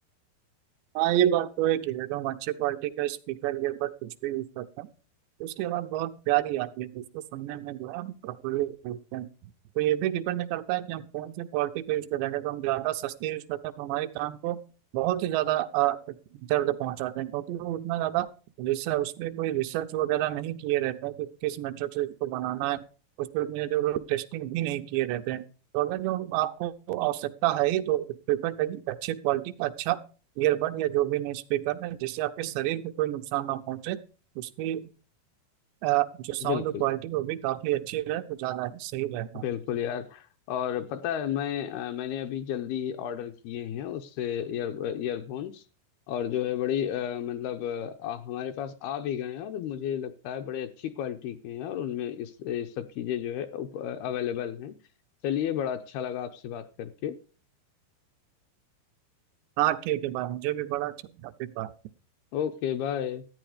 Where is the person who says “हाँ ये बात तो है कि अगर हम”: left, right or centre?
Right